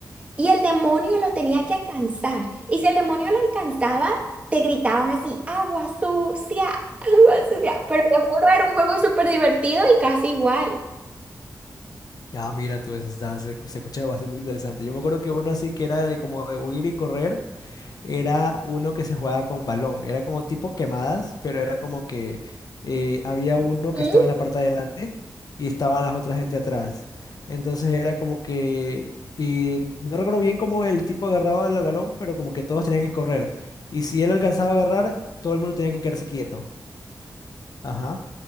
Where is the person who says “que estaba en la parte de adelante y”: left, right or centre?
Left